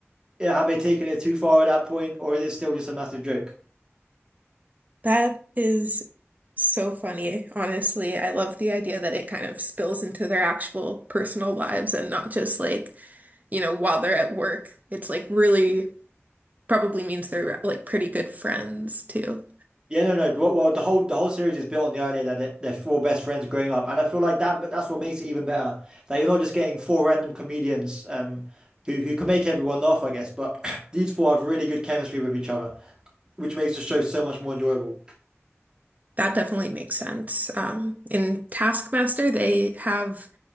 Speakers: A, on the right; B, on the right.
A: yeah, have they taken it too far at that point, or is it still just a massive joke?
B: That is so funny, honestly. I love the idea that it kind of spills into their actual personal lives and not just like, you know, while they're at work. It's like really probably means they're like pretty good friends too.
A: Yeah, no, no. Well, well, the whole the whole series is built on the idea that they're, they're four best friends growing up, and I feel like that that's what makes it even better. That you're not just getting four random comedians um who who can make everyone laugh, I guess, but <clears throat> these four have really good chemistry with each other. which makes the show so much more enjoyable.
B: That definitely makes sense. Um, in Taskmaster, they have